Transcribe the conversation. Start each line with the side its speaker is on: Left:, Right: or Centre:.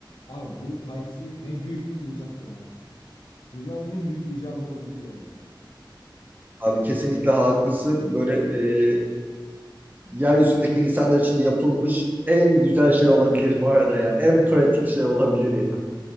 Left: Abi bu Type-C ne büyük bir icat ya. Dünyanın en büyük icadı olabilir yani.
Right: Abi kesinlikle haklısın. Böyle e, yeryüzündeki insanlar için yapılmış en güzel şey olabilir bu arada ya. En pratik şey olabilir ya.